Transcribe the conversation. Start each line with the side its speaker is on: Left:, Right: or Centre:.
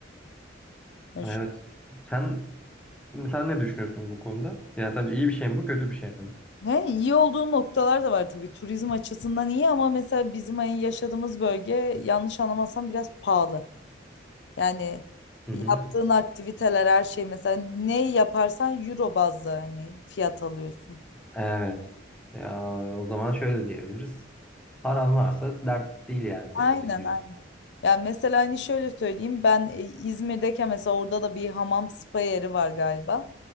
Left: Yani
Centre: Evet.
Left: şu-
Centre: Sen Şimdi sen ne düşünüyorsun bu konuda? Yani sence iyi bir şey mi bu, kötü bir şey mi?
Left: he, iyi olduğu noktalar da var tabii. Turizm açısından iyi ama mesela bizim hani yaşadığımız bölge yanlış anlamazsam biraz pahalı. Yani
Centre: Hı
Left: yaptığın
Centre: hı.
Left: aktiviteler her şey mesela ne yaparsan euro bazlı hani fiyat alıyorsun.
Centre: Evet. Ya, o zaman şöyle diyebiliriz. Paran varsa dert değil yani
Left: Aynen
Centre: senin için diyorsun.
Left: aynen. Ya mesela hani şöyle söyleyeyim ben e, İzmir'deyken mesela orada da bir hamam spa yeri var galiba.